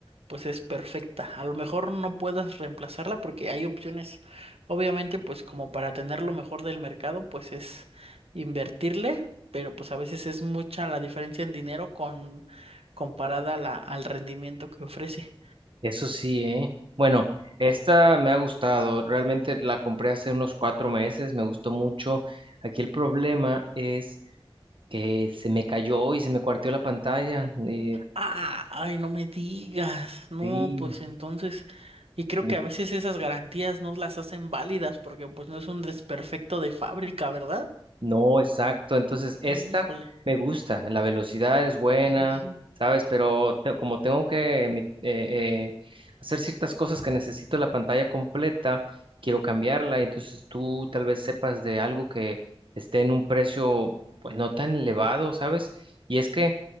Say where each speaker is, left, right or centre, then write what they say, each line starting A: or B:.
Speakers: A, on the right; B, on the right.
A: pues es perfecta. A lo mejor no puedas reemplazarla porque hay opciones, obviamente, pues como para tener lo mejor del mercado, pues es invertirle, pero pues a veces es mucha la diferencia en dinero con comparada a la- al rendimiento que ofrece.
B: eso sí, ¿eh? Bueno. Esta me ha gustado, realmente la compré hace unos cuatro meses, me gustó mucho. Aquí el problema es que se me cayó y se me cuarteó la pantalla. eh,
A: Ah, ay, no me digas. No,
B: sí,
A: pues entonces, y creo
B: y
A: que a veces esas garantías no las hacen válidas porque pues no es un desperfecto de fábrica, ¿verdad?
B: No, exacto. Entonces, esta
A: Híjole.
B: me gusta, la velocidad es buena,
A: Sí, sí.
B: ¿sabes? Pero te- como tengo que emi- eh, eh, hacer ciertas cosas que necesito la pantalla completa, quiero cambiarla. Entonces, tú tal vez sepas de algo que esté en un precio, pues no tan elevado, ¿sabes? Y es que